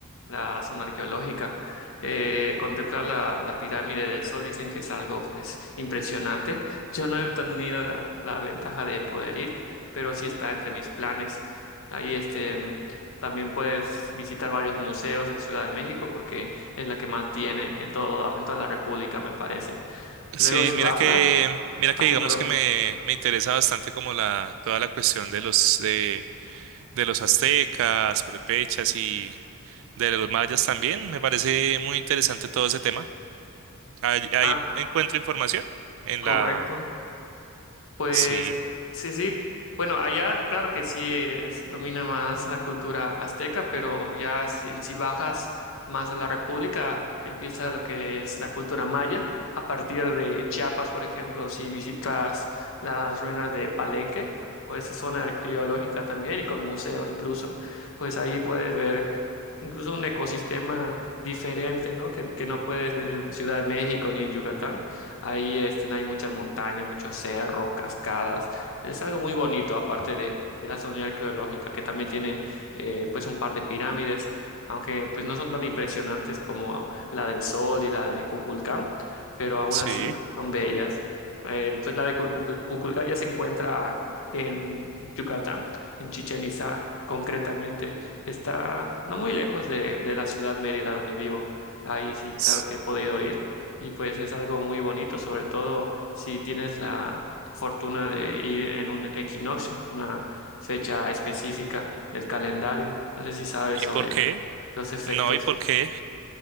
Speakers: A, on the left; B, on the right.
A: la zona arqueológica. Eh, contemplar la, la pirámide del Sol dicen que es algo pues impresionante. Yo no he tenido la, la ventaja de poder ir, pero sí está entre mis planes. Ahí este, mm, también puedes visitar varios museos en Ciudad de México porque es la que más tiene en todo, en toda la República, me parece.
B: Sí,
A: Luego si
B: mira
A: bajas,
B: que, mira
A: así,
B: que digamos
A: perdón.
B: que me, me interesa bastante como la, toda la cuestión de los, de, de los aztecas, prepechas de los mayas también. Me parece muy interesante todo ese tema. Ahí, ahí
A: Ah,
B: encuentro información en
A: correcto.
B: la...
A: Pues
B: Sí,
A: eh, sí, sí. Bueno, allá claro que sí es, domina más la cultura azteca, pero ya si, si bajas más a la República, empieza lo que es la cultura maya. A partir de Chiapas, por ejemplo, si visitas las ruinas de Palenque o esa zona arqueológica también y con museo incluso, pues ahí puedes ver incluso un ecosistema diferente, ¿no? Que, que no puedes ver en Ciudad de México ni en Yucatán. Ahí este, no hay muchas montañas, muchos cerros, cascadas. Es algo muy bonito, aparte de, de la zona arqueológica, que también tiene eh, pues un par de pirámides, aunque pues no son tan impresionantes como la del Sol y la de Kukulcán, pero aún
B: sí.
A: así son bellas. Eh, pues la de Kukulcán Kukulcán ya se encuentra en Yucatán, en Chichén Itzá concretamente. Está no muy lejos de, de la ciudad Mérida donde vivo. Ahí sí, claro
B: S-
A: que he podido ir y pues es algo muy bonito, sobre todo si tienes la fortuna de ir en un equinoccio, una fecha específica del calendario. No sé si sabes
B: ¿Y
A: sobre
B: por qué?
A: los efectos.
B: No, ¿y por qué?